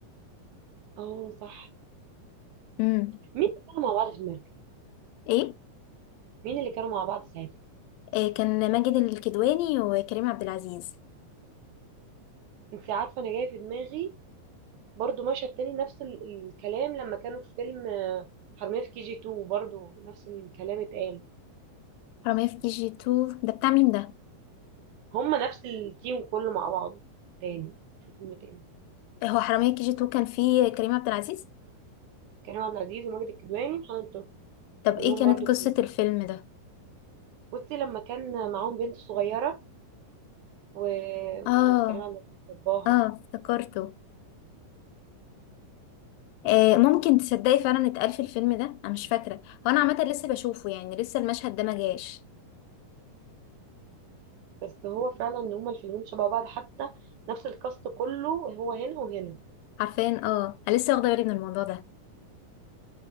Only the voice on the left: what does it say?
امم
ايه
آه، كان ماجد الكدواني وكريم عبد العزيز
حرامية في كي جي 2 ده بتاع مين ده
آه، هو حرامية في كي جي 2 كان فيه كريم عبد العزيز
طب
ايه كانت
قصة
الفيلم ده
اه
اه افتكرته آه ممكن تصدقي فعلا اتقال في الفيلم ده انا مش فاكرة وانا عامة لسه بشوفه يعني لسه المشهد ده ما جاش
عارفين اه انا لسه واخدة بالي من الموضوع ده